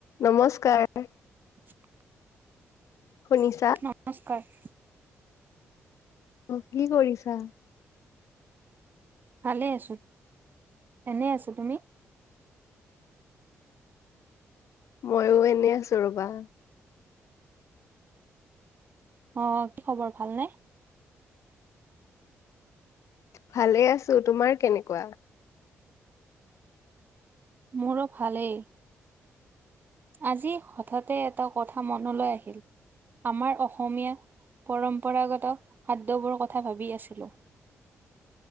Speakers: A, on the left; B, on the right.
A: নমস্কাৰ।
B: <unintelligible>
A: শুনিছা?
B: নমস্কাৰ।
A: অ', কি কৰিছা?
B: ভালে আছো এনে আছো তুমি?
A: ময়ো এনেই আছো ৰবা।
B: অ', কি খবৰ ভালনে?
A: ভালে আছো তোমাৰ কেনেকুৱা।
B: মোৰো ভালেই। আজি হঠাতে এটা কথা মনলৈ আহিল। আমাৰ অসমীয়া পৰম্পৰাগত খাদ্যবোৰৰ কথা ভাবি আছিলোঁ।